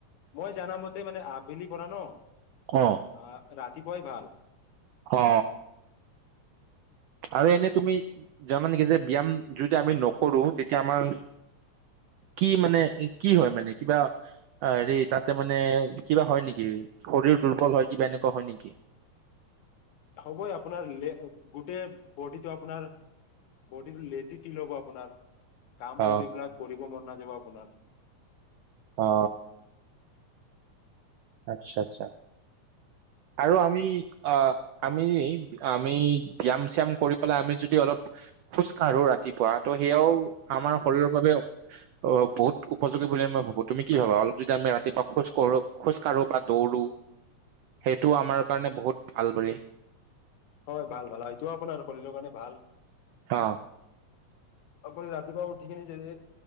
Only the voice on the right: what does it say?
অ
অ আৰু এনেই তুমি জানা নেকি যে ব্যায়াম যদি আমি নকৰোঁ তেতিয়া আমাৰ কি মানে কি হয়। মানে কিবা হেৰি তাতে মানে কিবা হয়। নেকি শৰীৰ দুৰ্বল হয় কিবা এনেকুৱা হয় নেকি?
অ
অ। আচ্ছা আচ্ছা আৰু আমি আমি আমি ব্যয়ায়াম চ্যায়াম কৰি। পেলাই আমি যদি অলপ খোজ কাঢ়ো ৰাতিপুৱা ত' সেয়াও আমাৰ শৰীৰৰ বাবে অ বহুত উপযোগী বুলি মই ভাবোঁ তুমি কি ভাবা। অলপ যদি আমি ৰাতিপুৱা খোজ কঢ়ো। খোজ কাঢ়ো বা দৌৰো সেইটো আমাৰ কাৰণে বহুত ভাল বোৰে।
অহ।